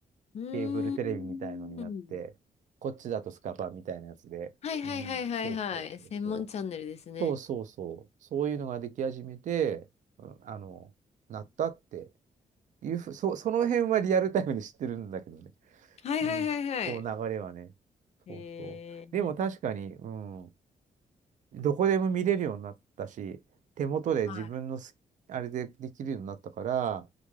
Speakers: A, on the left; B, on the right.
A: うーん。
B: ケーブルテレビみたいのになって、こっちだとスカパーみたいなやつで、
A: はいはいはいはいはい。
B: うん、そうそうそうそう。
A: 専門チャンネルですね。
B: そうそうそう。そういうのができ始めて、うんあの、なったっていうふ、そ、その辺はリアルタイムで知ってるんだけどね。
A: はいはいはいはい。
B: うん、そう、流れはね。そうそう。
A: へえ。
B: でも確かに、うん、どこでも見れるようになったし、手元で自分のす、
A: はい。
B: あれでできるようになったから、